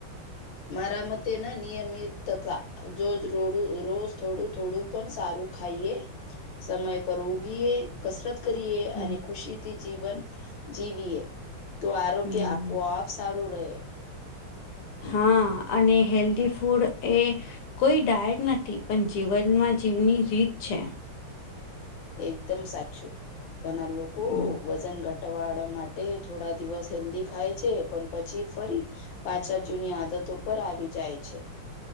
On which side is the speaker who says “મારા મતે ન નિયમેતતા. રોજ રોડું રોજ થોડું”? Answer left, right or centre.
Left